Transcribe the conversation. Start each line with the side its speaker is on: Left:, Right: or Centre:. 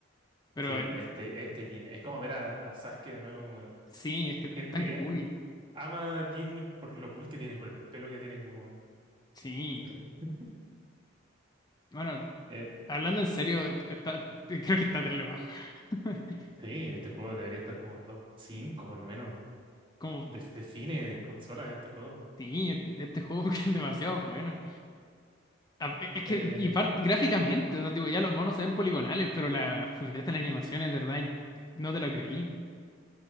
Left: Pero
Right: Sí, pero
Left: eh,
Right: este, este Jin. Es como ver a, a Sasuke de nuevo, como
Left: sí, es que
Right: gente
Left: es tan
Right: que
Left: cool.
Right: ama a Jin por lo cool que tiene, por el pelo que tiene, como.
Left: Sí.
Right: <laughs>
Left: Bueno,
Right: Eh,
Left: hablando en serio, está, creo que está terrible bajo. <laughs>
Right: sí, este juego debería estar como top 5 por lo menos.
Left: Como,
Right: Def- define consola este juego.
Left: sí, e, este juego <laughs> es demasiado bueno. a- Es
Right: Eh,
Left: que, y par- gráficamente, o sea, tipo, ya los monos se ven poligonales, pero la fluidez de la animación es de verdad, in- no te lo creí. <laughs>